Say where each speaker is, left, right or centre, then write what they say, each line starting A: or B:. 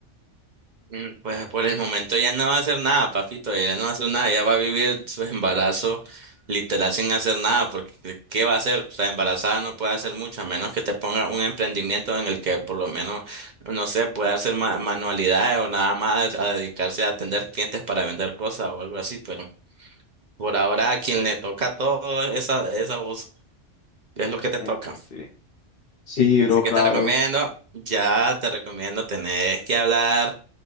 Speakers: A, on the right; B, on the left.
A: Mm, Pues por el momento ya no va a hacer nada, papito, ella no va a hacer nada, ella va a vivir su embarazo literal sin hacer nada, porque ¿qué qué va a hacer? O sea, embarazada no puede hacer mucho, a menos que te ponga un emprendimiento en el que por lo menos, no sé, pueda hacer ma- manualidades o nada más a dedicarse a atender clientes para vender cosas o algo así, pero por ahora a quien le toca todo esa, esa voz es lo que te
B: Ay,
A: toca.
B: pero sí. Sí,
A: Así
B: bro, claro,
A: que te recomiendo, ya te recomiendo, tenés que hablar